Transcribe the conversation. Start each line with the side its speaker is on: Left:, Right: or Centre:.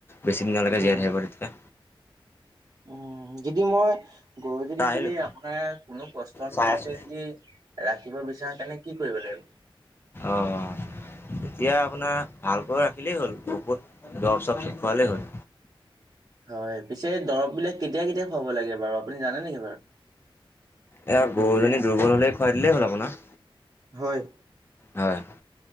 Left: বেছি দিনলৈকে
Right: উম
Left: জীয়াই থাকিব তেতিয়া
Right: উম যদি মই গৰুজনী
Left: তই আহিলোঁ
Right: যদি আপোনাৰ কোনো কষ্ট নোহোৱাকে
Left: চাই আছোঁ
Right: যদি ৰাখিব বিচাৰে তেনে কি কৰিব লাগিব
Left: আহঁ এতিয়া আপোনাৰ ভালকৈ ৰাখিলেই হ'ল ঐষত জৱব চৱব খুৱালেই হ'ল।
Right: হয় পিছে দৰব বিলাক কেতিয়া কেতিয়া খুৱাব লাগে বাৰু আপুনি জানে নেকি বাৰু?
Left: এ গৰুজনী দুৰ্বল হ'লে খুৱাই দিলেই হ'ল আপোনাৰ।
Right: হয়।
Left: হয়।